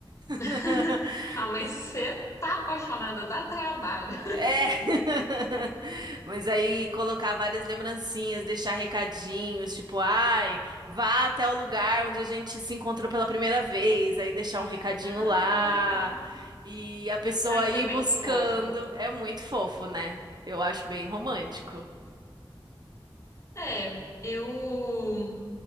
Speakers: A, on the right; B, on the left.
A: <laughs>
B: <laughs> Ah, mas você tá apaixonada, dá trabalho. <laughs>
A: É. <laughs> Mas aí colocar várias lembrancinhas, deixar recadinhos, tipo, ai, vá até o lugar onde a gente se encontrou pela primeira vez, aí deixar um recadinho
B: Ah,
A: lá.
B: que legal.
A: E a pessoa
B: Ah, isso
A: ir
B: é bem
A: buscando.
B: fofo.
A: É muito fofo, né? Eu acho bem romântico.
B: É, eu.